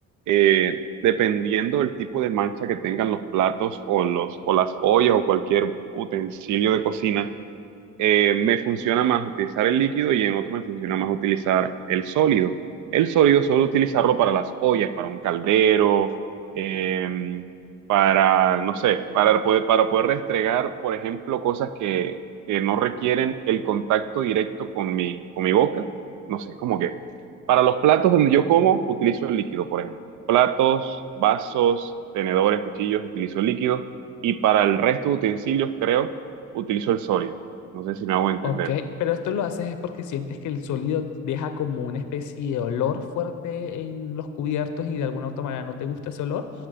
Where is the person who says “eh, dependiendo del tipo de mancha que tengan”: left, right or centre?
Right